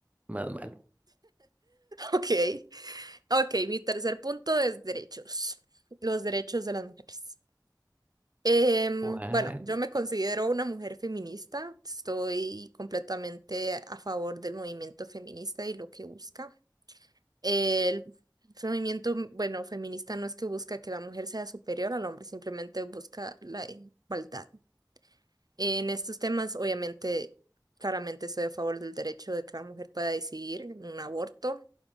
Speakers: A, on the right; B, on the right.
A: más malo.
B: ok. Ok, mi tercer punto es derechos. Los derechos de las mujeres. Em,
A: ¿Cuál?
B: bueno, yo me considero una mujer feminista, estoy completamente a favor del movimiento feminista y lo que busca. El movimiento, bueno, feminista no es que busca que la mujer sea superior al hombre, simplemente busca la igualdad. En estos temas, obviamente, claramente estoy a favor del derecho de que la mujer pueda decidir en un aborto,